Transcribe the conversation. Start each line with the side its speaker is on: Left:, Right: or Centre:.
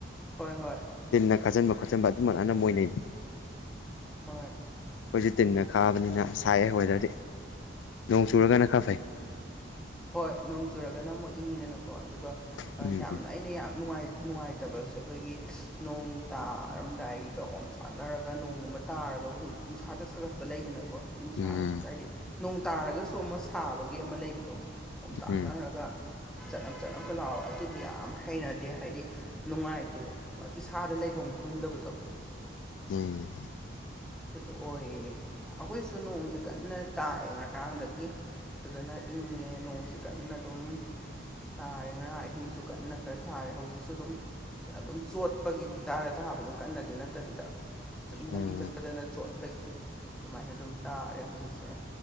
Centre: ꯍꯣꯏ ꯍꯣꯏ
Left: ꯇꯤꯟꯅ ꯈꯥꯖꯤꯟ ꯕ ꯈꯣꯠꯆꯟꯕ ꯑꯗꯨꯃꯛꯅ ꯃꯣꯏꯅꯩ
Centre: ꯍꯣꯏ
Left: ꯑꯩꯈꯣꯏꯁꯨ ꯇꯤꯟꯅ ꯈꯥꯕꯅꯤꯅ ꯁꯥꯏꯑꯦ ꯋꯦꯗꯔꯗꯤ ꯅꯣꯡ ꯆꯨꯔꯒꯅ ꯈꯔ ꯐꯩ
Centre: ꯍꯣꯏ ꯅꯣꯡ ꯆꯨꯔꯒꯅ ꯑꯃꯨꯛ ꯏꯪꯉꯤꯗꯅꯀꯣ ꯑꯗꯨꯒ
Left: ꯎꯝ
Centre: ꯌꯥꯝꯅ ꯑꯩꯅ ꯌꯥꯝ ꯅꯨꯡꯉꯥꯏ ꯅꯨꯡꯉꯥꯏꯇꯕꯁꯦ ꯑꯩꯈꯣꯏꯒꯤ ꯅꯣꯡ ꯇꯥꯔꯝꯗꯥꯏꯒꯤ ꯀ ꯑꯣꯝ ꯆꯥꯛꯅꯔꯒ ꯅꯣꯡꯒꯨꯝꯕ ꯇꯥꯔꯒ <unintelligible> ꯎꯟꯁꯥꯗ ꯁꯥꯒꯠꯄ ꯂꯩꯗꯅꯀꯣ ꯅꯨꯡꯁꯥ
Left: ꯎꯝ
Centre: ꯍꯥꯏꯗꯤ ꯅꯣꯡ ꯇꯥꯔꯒꯁꯨ ꯑꯃ ꯁꯥꯕꯒꯤ ꯑꯃ ꯂꯩꯕꯗꯣ ꯄꯣꯝꯇꯥꯛꯅꯔꯒ
Left: ꯎꯝ
Centre: ꯆꯅꯝ ꯆꯅꯝꯀ ꯂꯥꯎ ꯑꯗꯨꯗꯤ ꯌꯥꯝ ꯍꯩꯅꯗꯦ ꯍꯥꯏꯗꯤ ꯅꯨꯡꯉꯥꯏꯇꯦꯕ ꯏꯁꯥꯗ ꯂꯩꯐꯝ ꯈꯪꯗꯕꯗꯣ
Left: ꯎꯝ
Centre: ꯑꯗꯨꯗ ꯑꯣꯏꯌꯦ ꯑꯩꯈꯣꯏꯁꯨ ꯅꯣꯡꯁꯦ ꯀꯟꯅ ꯇꯥꯏꯑ ꯉꯔꯥꯡꯗꯒꯤ ꯐꯖꯅ ꯏꯪꯉꯦ ꯅꯣꯡꯁꯦ ꯀꯟꯅ ꯑꯗꯨꯝ ꯇꯥꯔꯦ ꯉꯔꯥꯡ ꯑꯍꯤꯡꯁꯨ ꯀꯟꯅ ꯈꯔ ꯇꯥꯔꯦ ꯍꯧꯖꯤꯛꯁꯨ ꯑꯗꯨꯝ ꯑꯗꯨꯝ ꯆꯣꯠꯄꯒꯤ ꯈꯨꯗꯥꯔ ꯊꯥꯕꯗꯣ ꯀꯟꯅꯗꯤ ꯅꯠꯇꯕꯤꯗ ꯁꯨꯝ
Left: ꯎꯝ
Centre: ꯂꯝꯕꯤ ꯆꯠꯄꯗꯅ ꯆꯣꯠꯄꯒꯤ ꯑꯗꯨꯃꯥꯏꯅ ꯑꯗꯨꯝ ꯇꯥꯔꯦ ꯍꯧꯖꯤꯛꯁꯦ